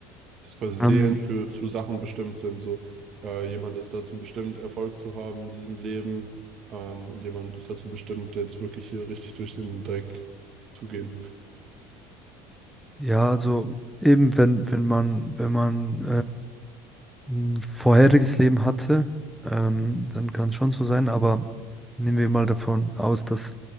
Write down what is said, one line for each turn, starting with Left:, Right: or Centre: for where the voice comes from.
Right: Dass quasi
Centre: Ähm,
Right: Seelen für zu Sachen bestimmt sind. So äh, jemand ist dazu bestimmt, Erfolg zu haben in diesem Leben. Ähm, und jemand ist dazu bestimmt, jetzt wirklich hier richtig durch den Dreck zu gehen.
Centre: Ja, also eben, wenn, wenn man, wenn man äh, ein vorheriges Leben hatte, ähm, dann kann es schon so sein, aber nehmen wir mal davon aus, dass